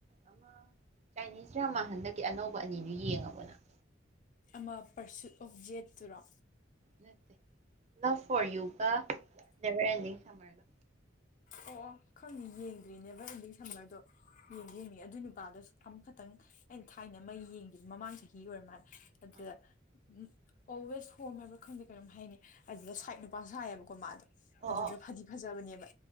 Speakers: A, on the right (about 35°); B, on the left (about 40°).
A: ꯑꯃ ꯆꯥꯏꯅꯤꯁ ꯗ꯭ꯔꯃꯥ ꯍꯟꯗꯛꯀꯤ ꯑꯅꯧꯕ ꯑꯅꯤꯗꯨ ꯌꯦꯡꯉꯕꯣ ꯅꯪ
B: ꯑꯃ ꯄꯔꯁꯨꯠ ꯑꯣꯐ ꯖꯦꯠ ꯇꯨꯔꯣ
A: ꯅꯠꯇ ꯂꯚ ꯐꯣꯔ ꯌꯨꯒ ꯅꯕꯔ ꯑꯦꯟꯗꯤ ꯁꯃꯔ ꯒ
B: ꯑꯣ ꯑꯣ ꯈꯪꯅꯤ ꯌꯦꯡꯗ꯭ꯔꯤ ꯅꯦꯕꯔ ꯏꯟꯗꯤꯡ ꯁꯝꯃꯔꯗꯣ ꯌꯦꯡ <unintelligible> ꯑꯗꯨꯏ ꯅꯨꯄꯥꯗꯣ ꯑꯃꯈꯛꯇꯪ ꯑꯩꯅ ꯊꯥꯏꯅ ꯃꯩ ꯌꯦꯡꯒꯦ ꯃꯃꯥꯡ ꯆꯍꯤ ꯑꯣꯏꯔ ꯃꯥꯜꯂꯦ ꯑꯗꯨꯗ
A: ꯑꯣ
B: ꯎꯝ ꯑꯣꯜꯋꯦꯁ ꯍꯣꯝ ꯍꯥꯏꯕ꯭ꯔꯥ ꯈꯪꯗꯦ ꯀꯔꯤꯝ ꯍꯥꯏꯅꯤ ꯑꯗꯨꯗ ꯁꯥꯏꯠ ꯅꯨꯄꯥ ꯁꯥꯏꯌꯦꯕꯀꯣ ꯃꯥꯗꯣ
A: ꯑꯣ
B: ꯑꯗꯨꯗ ꯐꯗꯤ ꯐꯖꯕꯅꯦꯕ